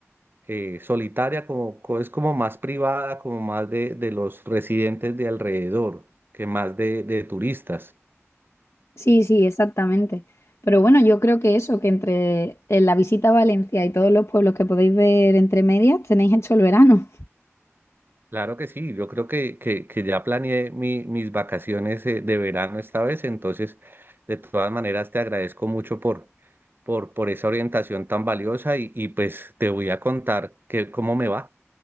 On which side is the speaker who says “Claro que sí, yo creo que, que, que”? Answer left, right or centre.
Right